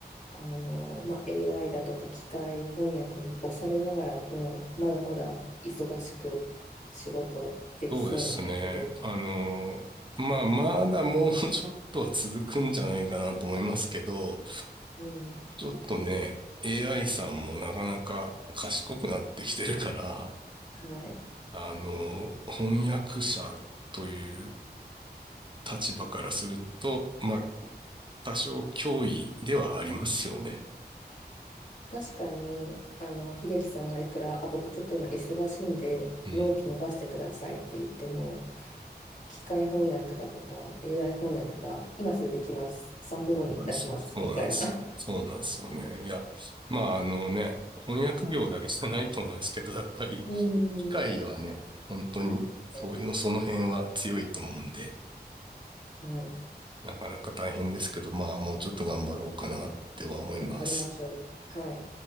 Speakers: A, on the left; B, on the right.
A: あの、まあ、AI だとか機械翻訳に押されながらも、まだまだ忙しく仕事できそうな感じですか。
B: そうですね。あの、まあ、まだもうちょっとは続くんじゃないかなと思いますけど、
A: うん、
B: ちょっとね、AI さんもなかなか賢くなってきてるから、
A: はい。
B: あの、翻訳者という立場からすると、まあ、多少脅威ではありますよね。
A: 確かに、あの、秀樹さんがいくら、あ、僕ちょっと今忙しいんで、
B: うん
A: 納期伸ばしてくださいって言っても、機械翻訳だとか AI 翻訳が今すぐできます。3分後に出します。
B: なんですよ。そうなんですよね。
A: みたいな。
B: そうなんですよね。いや、まああのね、翻訳業だけじゃないと思うんですけど、やっぱり機械はね、
A: うん。
B: 本当にそういうの、
A: はい。
B: その辺は強いと思うんで、
A: はい
B: なかなか大変ですけど、まあもうちょっと頑張ろうかなっては思います。
A: 頑張りましょう。はい。